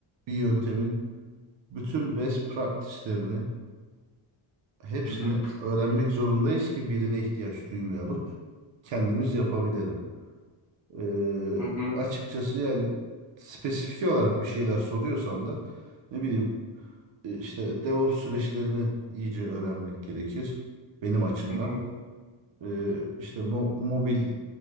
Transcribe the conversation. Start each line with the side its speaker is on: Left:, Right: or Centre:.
Right: bir yöntemin bütün best practice'lerini hepsini
Left: Hı hı.
Right: öğrenmek zorundayız ki birine ihtiyaç duymayalım. Kendimiz yapabilelim. Ee,
Left: Hı hı.
Right: açıkçası yani spesifik olarak bir şeyler soruyorsan da ne bileyim e, işte DevOps süreçlerini iyice öğrenmek gerekir benim açımdan.
Left: Hı hı.
Right: E, işte mo- mobil